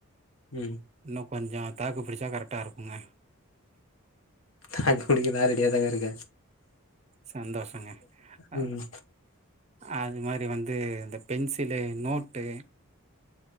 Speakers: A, on the left (about 70°); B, on the right (about 30°).
A: ம்
B: நோ கொஞ்ஜோ தாக்கு பிடிச்சா கரெக்டா இருக்குங்க
A: தா குடிக்க நா ரெடியா தாங்க இருக்க
B: சந்தோஷங்க அ
A: ம்
B: அது மாரி வந் ஏ இந்த பென்சிலு நோட்டு